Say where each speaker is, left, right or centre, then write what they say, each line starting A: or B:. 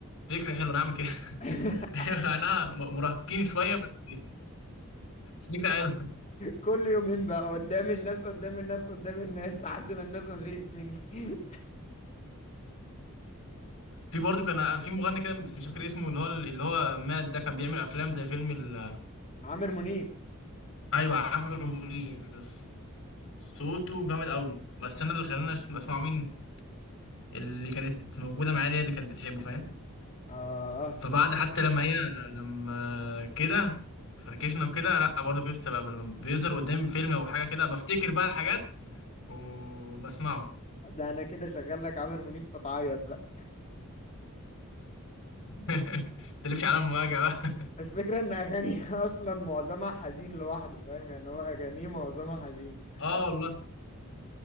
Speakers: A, on the left (about 65°); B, on the left (about 30°).
A: فكرة حلوة انا هعمل كده
B: <laughs>
A: <laughs> انا مراهقين شوية بس بس فكرة حلوة
B: كل يومين بقى قدام الناس قدام الناس قدام الناس لحد ما الناس ما زهقت مني <laughs>
A: في برضه كان في مغني كده بس مش فاكر اسمه اللي هو اللي هو مات ده كان بيعمل افلام زي فيلم ال...
B: عامر منيب
A: ايوه عامر منيب صوته جامد قوي بس انا اللي خلاني أس- اسمعه مين اللي كانت موجودة معايا دي هي اللي كانت بتحبه فاهم
B: اه
A: فبعد حتى لما هي لما كده فركشنا وكده لا برضه كنت لسه بقى لما بيظهر قدامي فيلم او حاجه كده بفتكر بقى الحاجات وبسمعه
B: ده انا كده شغال لك عامر منيب فتعيط بقى
A: <laughs> تلفش على مواجع بقى
B: الفكره ان اغانيه <laughs> اصلا معظمها حزين لوحده فاهم يعني هو اغانيه معظمها حزين
A: <laughs> اه والله